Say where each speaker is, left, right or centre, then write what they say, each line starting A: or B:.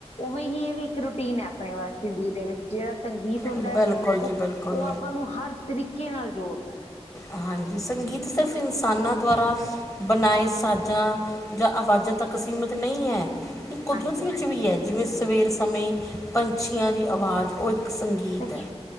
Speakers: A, on the left; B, on the left.
A: ਉਵੇਂ ਹੀ ਇਹ ਵੀ ਇੱਕ ਰੂਟੀਨ ਐ, ਆਪਣੇ ਵਾ--ਜ਼ਿੰਦਗੀ ਦੇ ਵਿੱਚ, ਜਿਹੜਾ ਸੰਗੀਤ ਹੁੰਦਾ
B: ਬਿਲਕੁਲ
A: ਹੈ ਉਹ
B: ਜੀ ਬਿਲਕੁਲ
A: ਉਹ ਆਪਾਂ ਨੂੰ ਹਰ ਤਰੀਕੇ ਨਾਲ ਜੋੜਦਾ ਹੈ।
B: ਹਾਂਜੀ ਸੰਗੀਤ ਸਿਰਫ ਇਨਸਾਨਾਂ ਦੁਆਰਾ ਬਣਾਏ ਸਾਜ਼ਾਂ ਜਾਂ ਆਵਾਜ਼ਾਂ ਤੱਕ ਸੀਮਿਤ ਨਹੀਂ ਹੈ। ਕੁਦਰਤ
A: ਹਾਂਜੀ
B: ਵਿੱਚ ਵੀ ਐ, ਜਿਵੇਂ ਸਵੇਰ ਸਮੇਂ ਪੰਛੀਆਂ ਦੀ ਆਵਾਜ਼ ਉਹ ਇੱਕ ਸੰਗੀਤ
A: ਸਹੀ
B: ਹੈ